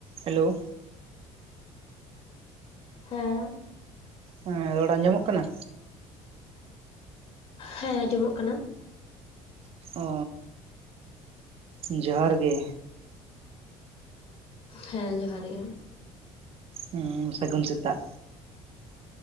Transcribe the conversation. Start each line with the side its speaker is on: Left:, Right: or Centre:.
Right: Hello.
Left: ᱦᱮᱸ᱾
Right: ᱦᱮᱸ ᱨᱚᱲ ᱟᱸᱡᱚᱢᱚᱜ ᱠᱟᱱᱟ?
Left: ᱦᱮᱸ ᱟᱸᱡᱚᱢᱚᱜ ᱠᱟᱱᱟ᱾
Right: ᱚ᱾ ᱡᱚᱦᱟᱨ ᱜᱮ᱾
Left: ᱦᱮᱸ ᱡᱚᱦᱟᱨ ᱜᱮᱢ᱾
Right: ᱦᱩᱸ ᱥᱟᱹᱜᱩᱱ ᱥᱮᱛᱟᱜ᱾